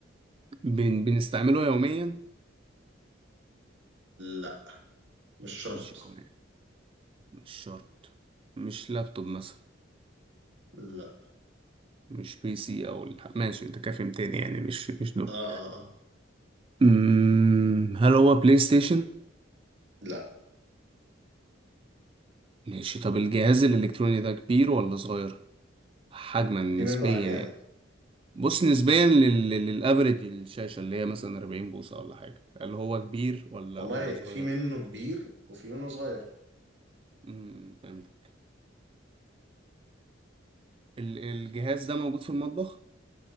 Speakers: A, on the right; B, on the right.
A: بن بنستعمله يوميا
B: لا مش شرط
A: مش يوميا مش شرط مش لابتوب مثلا
B: لا
A: مش بي سي او الح- ماشي انت كافي تاني يعني مش مش دول
B: اه اه اه
A: أمم، هل هو بلاي ستيشن
B: لا
A: ماشي طب الجهاز الإلكتروني ده كبير ولا صغير؟ حجما نسبيا
B: في منه أحجام
A: يعني بص نسبيا لل... للأفريج الشاشة اللي هي مثلا 40 بوصة ولا حاجة اللي هو كبير ولا
B: والله
A: ولا صغير؟
B: في منه كبير وفي منه صغير
A: امم فهمتك ال... الجهاز ده موجود في المطبخ؟